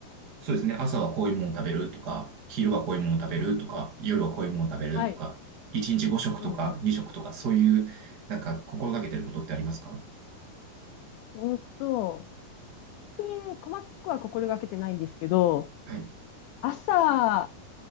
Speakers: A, on the right; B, on the left.
A: そうですね。朝はこういうものを食べるとか、昼はこういうものを食べるとか、夜はこういうものを食べるとか、
B: はい。
A: 1日5食とか2食とか、
B: うんうん。
A: そういう、なんか心がけてることってありますか
B: ほんと、で、細かくは心がけてないんですけど、
A: はい。
B: 朝、